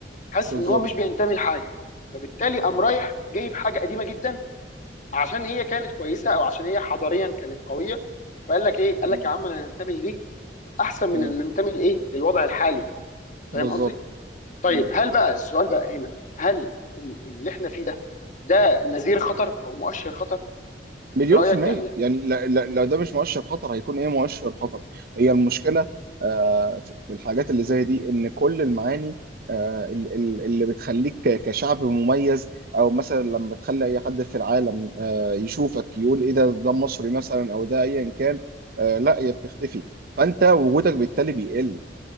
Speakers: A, on the left (about 45°); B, on the right (about 55°).
A: حاسس
B: بالظبط
A: ان هو مش بينتمي لحاجه فبالتالي قام رايح جايب حاجه قديمه جدا عشان هي كانت كويسه او عشان هي حضاريا كانت قويه فقال لك ايه قال
B: مم.
A: لك يا عم انا انتمي لدي احسن من
B: مم.
A: ان انتمي لايه للوضع الحالي فاهم
B: بالظبط
A: قصدي طيب
B: مم.
A: هل بقى السؤال بقى هنا هل ال- اللي احنا فيه ده ده نذير خطر او مؤشر خطر
B: مليون
A: في رايك
B: في المية
A: يعني
B: يعني لا لا لو ده مش مؤشر خطر هيكون ايه مؤشر خطر هي المشكلة آه، في في الحاجات اللي زي دي ان كل المعاني آه، ال- ال- اللي بتخليك ك- كشعب مميز او مثلا لما تخلي اي حد في العالم آه، يشوفك يقول ايه ده ده مصري مثلا او ده ايا كان آه، لا هي بتختفي فانت وجودك بالتالي بيقل